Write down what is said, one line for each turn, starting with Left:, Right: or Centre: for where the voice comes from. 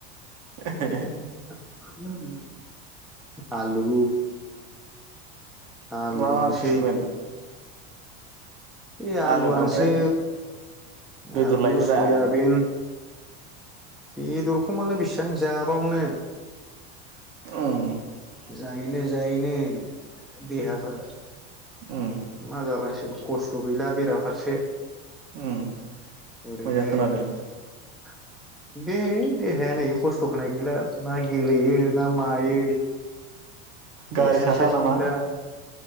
Right: <unintelligible>
Centre: <unintelligible> आलु आलुआनोसै
Right: मा मा ओंख्रि संगोन?
Centre: बे आलुआनोसै
Right: आलु ओमफ्राय बेदर
Centre: आलु
Right: लायदोब्रा
Centre: सयाबिन बेदरखौ मालाय बेसिबां जाबावनो
Right: औ
Centre: जायैनो जायैनो देहाफ्रा
Right: उम उम
Centre: मा <unintelligible> कसत' गैला बेराफारसे
Right: ओ
Centre: ओरैनो
Right: मोजां खोनादों
Centre: <inaudible> बे देहाया नै खस्थ' <unintelligible> गैला ना गेलेयो ना मायो
Right: गारि
Centre: एक्सारसाइस
Right: सा सा नामा
Centre: गैला